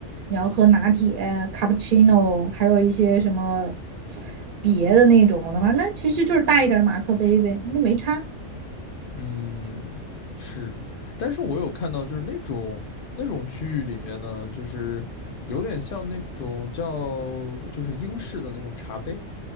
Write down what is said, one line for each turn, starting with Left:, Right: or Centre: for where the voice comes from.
Right: 你要喝拿铁、卡布奇诺，还有一些什么别的那种的话，那其实就是大一点的马克杯呗，那没差。
Left: 嗯是，但是我有看到就是那种那种区域里面呢，就是有点像那种叫就是英式的那种茶杯。